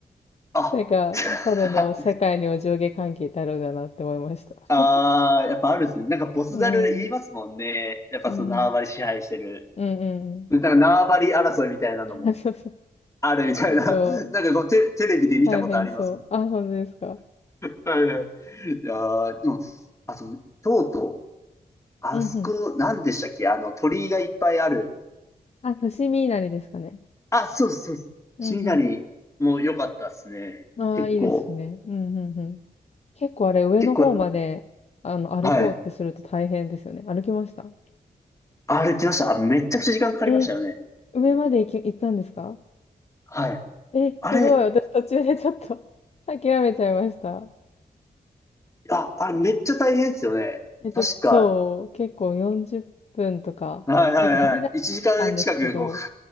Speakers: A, on the left; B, on the left.
A: <laughs>
B: あ、
A: なんか、
B: <laughs>
A: 猿の世界にお上下関係ってあるんだなって思いました。
B: ああ、
A: <laughs>
B: やっぱあるんですね。なんかボスザル言いますもんね。
A: うん。
B: やっぱその縄張り支配してる。
A: うん。うんうんうん。
B: でなんか縄張り争いみたいなのも
A: <laughs> そうそう。
B: あるみたいな。
A: 結構、
B: <laughs> なんかこうテ、テレビで見たことありますもん。
A: 大変そう。あ、本当ですか。
B: はいはい。いやーでも、あと、とうとう、あそこ、
A: うんうん。
B: なんでしたっけあの、鳥居がいっぱいある。
A: あ、伏見稲荷ですかね。
B: あ、そうですそうです。
A: うん
B: シーナリも良かったですね。
A: うん。ああ、
B: 結構。
A: いいですね。うんうんうん。結構あれ、上の方まで、
B: 結構、
A: あの、歩こうってすると大変ですよね。
B: はい。
A: 歩きました
B: あれ来ました。あ、めちゃくちゃ時間かかりましたよね。
A: え、上まで行き、行ったんですか
B: はい。
A: え、
B: あれ、
A: すごい。私途中でちょっと <laughs> 諦めちゃいました。
B: あ、あれめっちゃ大変ですよね。
A: え、ちょっと、
B: 確か、
A: そう、結構40分とか、
B: はいはいはい。
A: なんか針金を見たんですけど、
B: 1時間近く、こう、